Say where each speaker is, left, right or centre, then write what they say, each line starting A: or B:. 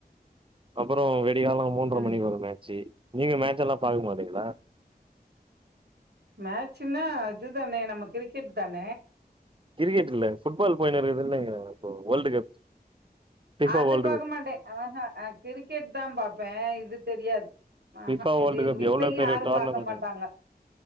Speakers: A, on the right (about 30°); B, on the right (about 80°).
A: அப்றோ விடியாலோ மூன்றரை
B: ம்
A: மணிக்கு ஒரு மேட்சு நீங்க மேட்ச் எல்லா பாக்க மாட்டீங்களா
B: மேட்ச்னா அதுதானே நம்ம கிரிக்கெட்தான
A: கிரிக்கெட் இல்ல ஃபுட்பால் போயினு இருக்குதுன் நினைக்கிறே இப்போ வேர்ல்டு கப் ஃபிஃபா
B: அது
A: வேர்ல்டு
B: பாக்க
A: கப்
B: மாட்டே ஆ ஹ கிரிக்கெட் தா பாப்பே இது தெரியாது ஆ
A: ஃபிஃபா
B: ஹ
A: வேர்ல்டு
B: இது எங்க
A: கப்
B: வீட்லையு
A: எவ்ளோ பெரிய
B: யாரும்
A: டோர்னமெண்ட்டு
B: பார்க்க மாட்டாங்க